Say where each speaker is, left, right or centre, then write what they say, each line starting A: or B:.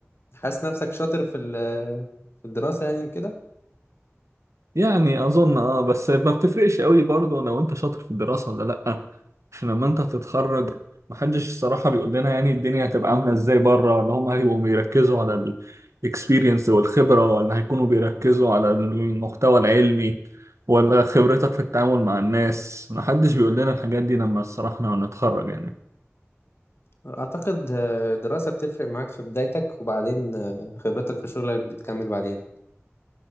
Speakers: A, on the left (about 55°); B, on the right (about 80°).
A: حاسس نفسك شاطر في ال- في الدراسة يعني كده؟
B: يعني اظن اه بس ما بتفرقش قوي برضه لو انت شاطر في الدراسه ولا لا عشان لما انت هتتخرج محدش الصراحه بيقول لنا يعني الدنيا هتبقى عامله ازاي بره ولا هم هيبقوا بيركزوا على الاكسبيرينس والخبره ولا هيكونوا بيركزوا على المحتوى العلمي ولا خبرتك في التعامل مع الناس محدش بيقول لنا الحاجات دي لما الصراحه لما نتخرج يعني
A: اعتقد آه، الدراسة بتفرق معاك في بدايتك وبعدين آه، خبرتك في شغلك بتكمل بعدين